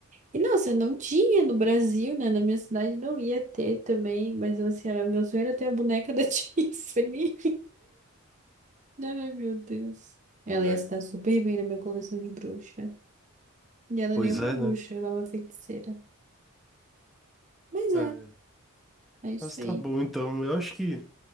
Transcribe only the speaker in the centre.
É.
Pois
é,
né?
É.
Mas tá
bom, então. Eu acho que